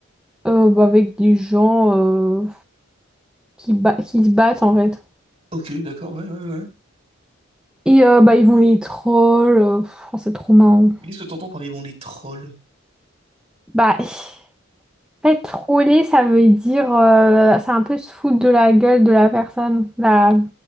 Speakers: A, in the centre; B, on the right (about 30°).
A: Euh, bah, avec des gens euh, qui, ba- qui se battent en fait.
B: Ok, d'accord, ouais, ouais, ouais.
A: Et euh, bah, ils vont les trolls. euh, pff, oh, c'est trop marrant.
B: Mais qu'est-ce que t'entends par ils vont les trolls?
A: Bah, <sighs> en fait, troller, ça veut dire. euh, c'est un peu se foutre de la gueule de la personne là,